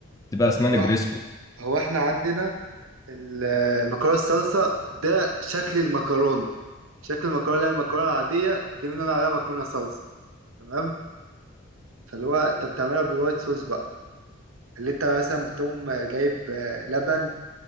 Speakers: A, on the left (about 15°); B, on the right (about 70°).
A: بتبقى اسمها
B: هو,
A: نجريسكو
B: هو احنا عندنا المكرونه الصلصه ده شكل المكرونه شكل المكرونه اللي هي المكرونه العاديه دي بنقول عليها مكرونه صلصه تمام فاللي هو انت بتعملها بالوايت صوص بقى اللي انت مثلا بتقوم جايب آه، لبن